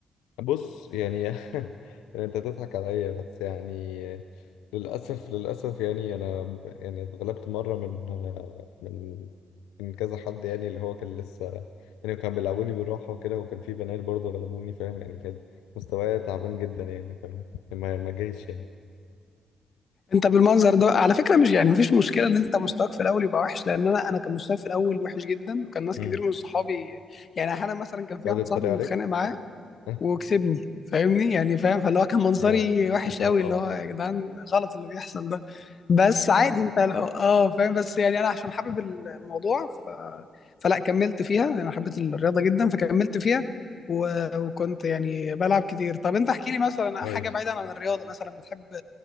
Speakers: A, on the left; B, on the left.
A: بص يعني <laughs> يعني انت تضحك عليا بس يعني للاسف للاسف يعني انا يعني اتغلبت مره من من من كذا حد يعني اللي هو كان لسه يعني كان بيلعبوني بالراحه وكده وكان في بنات برضه غلبوني فاهم يعني كان مستواي تعبان جدا يعني فاهم ما ما جايش يعني
B: انت بالمنظر ده على فكره مش يعني مفيش مشكله ان انت مستواك في الاول يبقى وحش لان انا انا كان مستواي في الاول وحش جدا وكان ناس
A: امم
B: كتير من صحابي يعني احيانا مثلا كان في
A: يقعد
B: واحد
A: يتريق
B: صاحبي متخانق
A: عليك
B: معاه
A: <laughs>
B: وكسبني فاهمني يعني فاهم فاللي هو كان منظري
A: يا
B: وحش
A: لا
B: قوي
A: طبعا
B: اللي هو يا جدعان غلط اللي بيحصل ده بس عادي انت اه فاهم بس يعني انا عشان حابب الموضوع ف... فلا كملت فيها انا حبيت الرياضه جدا فكملت فيها و... وكنت يعني بلعب كتير طب انت احكي لي مثلا
A: <laughs> كويس
B: حاجه بعيدا عن الرياضه مثلا بتحب